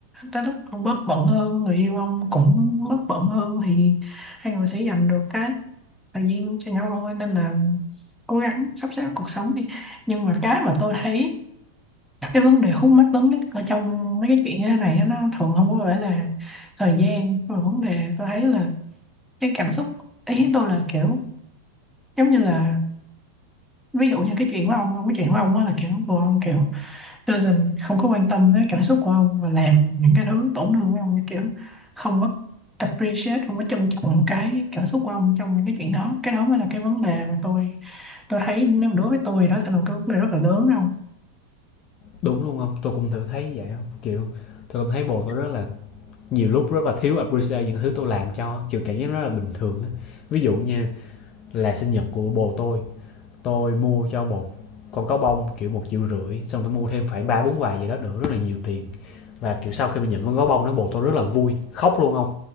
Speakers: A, in the centre; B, on the left (about 35°).
A: tới lúc ông bớt bận hơn người yêu ông cũng bớt bận hơn thì hai người sẽ dành được cái thời gian cho nhau thôi nên là cố gắng sắp xếp cuộc sống đi nhưng mà cái mà tôi thấy cái vấn đề khúc mắc lớn nhất ở trong mấy cái chuyện như thế này á, nó thường không có phải là thời gian mà vấn đề tôi thấy là cái cảm xúc ý tôi là kiểu giống như là ví dụ như cái chuyện của ông cái chuyện của ông á là kiểu của ông kiểu doesn't không có quan tâm tới cảm xúc của ông và làm những cái thứ tổn thương với ông như kiểu không có appreciate không có trân trọng cái cảm xúc của ông trong những cái chuyện đó cái đó mới là cái vấn đề mà tôi tôi thấy nếu đối với tôi đó sẽ là một cái vấn đề rất là lớn không
B: đúng luôn không tôi cũng thử thấy vậy không kiểu tôi cũng thấy bồ tôi rất là nhiều lúc rất là thiếu appreciate những thứ tôi làm cho kiểu cảm giác rất là bình thường á ví dụ nha là sinh nhật của bồ tôi tôi mua cho một con cá bông kiểu một triệu rưỡi xong tôi mua thêm khoảng ba bốn hoài gì đó nữa rất là nhiều tiền và kiểu sau khi mình nhận con cá bông nó bồ tôi rất là vui khóc luôn không